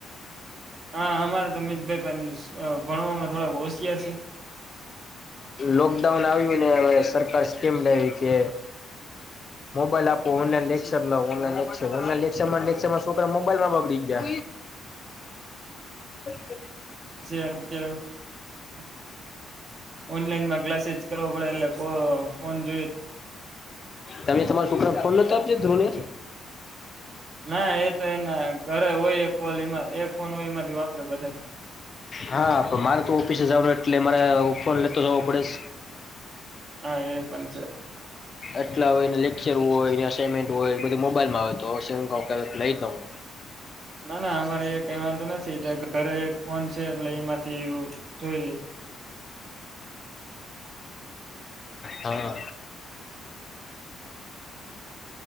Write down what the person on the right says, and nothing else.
હા, અમારે તો અમિતભાઈ પણ ભણવામાં થોડાક હોશિયાર છે.
હલો છે. <unintelligible> ઓનલાઈમા ક્લાસીસ, કરવાં પડે એટલે ફોન જોઈએ
ના એ તો એના ઘરે હોય એક કોલ એમાં એક ફોન હોય એમાંથી વાપરે બધા
હા, એ પણ છે.
ના ના, અમારે એ કય વાંધો નથી એટો ઘરે એક ફોન છે. એટલે એમાં એવુ, જોઈલે <inaudible>